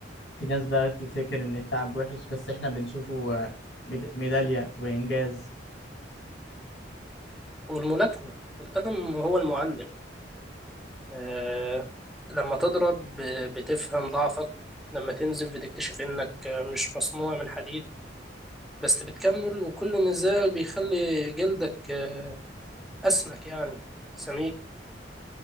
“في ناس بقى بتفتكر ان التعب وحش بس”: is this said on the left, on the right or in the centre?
Left